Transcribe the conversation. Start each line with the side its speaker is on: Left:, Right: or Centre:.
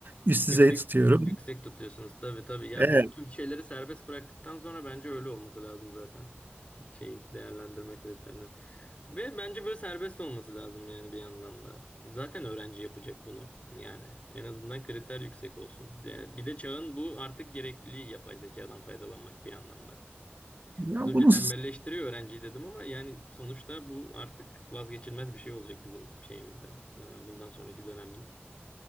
Right: üst düzey
Left: Yüksek
Right: tutuyorum.
Left: yüksek tutuyorsunuz tabii tabii. Ya
Right: Evet,
Left: bu tüm şeyleri serbest bıraktıktan sonra bence öyle olması lazım zaten. Şeyin değerlendirme kriterinin. Ve bence böyle serbest olması lazım yani bir yandan da. Zaten öğrenci yapacak bunu. Yani en azından kriter yüksek olsun. Yani bir de çağın bu artık gerekliliği yapay zekadan faydalanmak bir yandan da.
Right: ya
Left: Az önce
Right: bunu
Left: tembelleştiriyor öğrenciyi dedim ama yani sonuçta bu artık vazgeçilmez bir şey olacak bizim şeyimizde. e, Bundan sonraki dönemde.